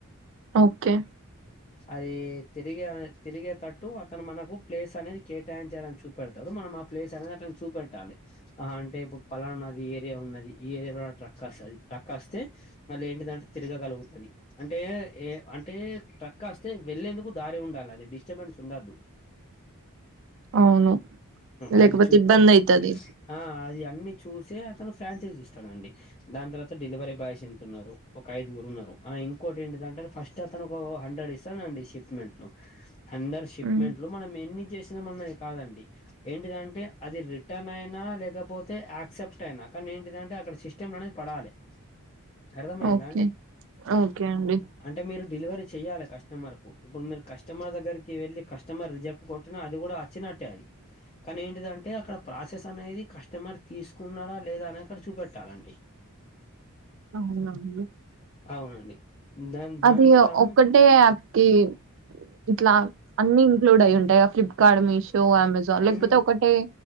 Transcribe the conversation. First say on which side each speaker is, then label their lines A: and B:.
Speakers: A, on the right (about 60°); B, on the left (about 25°).
A: ఓకే
B: అది తిరిగే తిరిగేటట్టు అతను మనకు ప్లేస్ అనేది కేటాయించాలని చూపెడతాడు మనం ప్లేస్ అనేది అతనికి చూపెట్టలీ ఆ అంటే ఇప్పుడు పలానా నది ఏరియా ఉన్నది ఈ ఏరియాలో ట్రక్ వస్తుది ట్రక్ వస్తే మళ్ళీ ఏంటిదంటే తిరగగలుగుతుంది అంటే ఏ అంటే ట్రక్ వస్తె వెళ్లేందుకు దారి ఉండాలండి డిస్టర్బెన్స్ ఉండద్దు
A: అవును లేకపోతే
B: అది చూపు
A: ఇబ్బంది అవుతది
B: ఆ అది అన్ని చూసి అతను ఫ్రాంచైజీ ఇస్తారండి దాని తర్వాత డెలివరీ బాయ్స్ ఎంతున్నారు ఒక ఐదుగురు ఉన్నారు ఇంకోటి ఏంటిదంటే ఫస్ట్ ఇ అతను ఒక హండ్రెడ్ ఇస్తా అండి షిప్మెంట్ లో అండర్ షిప్మెంట్
A: ఉమ్,
B: మనం ఎన్ని చేసినం అనేది కాదు అండి ఇంటింటే అది రిటర్న్ అయిన లేకపోతే యాక్సెప్ట్ అయినా కానీ ఏంటిదంటే అక్కడ సిస్టమ్ అనేది పడాలి అర్థమైయందా
A: ఓకే
B: అండి
A: ఓకే అండి
B: అంటే మీరు డెలివరీ చెయ్యాలి కస్టమర్ కు ఇప్పుడు మీరు కస్టమర్ దగ్గరికి వెళ్ళి కస్ కస్టమర్ రిజెక్ట్ కొట్టిన అది కూడా వచ్చినట్టే అది కానీ ఏంటిదంటే అక్కడ ప్రాసెస్ అనేది కస్టమర్ తీసుకున్నాడా లేదా అనేది అక్కడ చూపెట్టాలండి
A: అవున అండి
B: అవునండి దా దానికి
A: అది
B: గాను
A: ఒక్కటి అంటే యాప్ కి ఇట్లా అన్ని ఇంక్లూడ్ అయి ఉంటాయ ఫ్లిప్కార్ట్ మీసో సో అమెజాన్
B: అన్
A: లేకపోతే ఒకటే